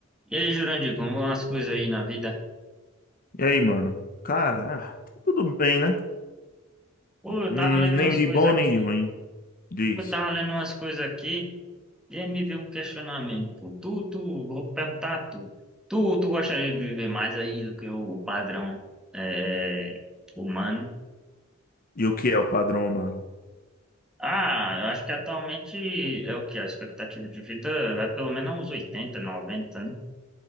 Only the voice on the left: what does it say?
E aí, mano? Cara, ah, tá tudo bem, né?
N-
Nem
de
bom,
nem de ruim disso.
E o que é o padrão, mano?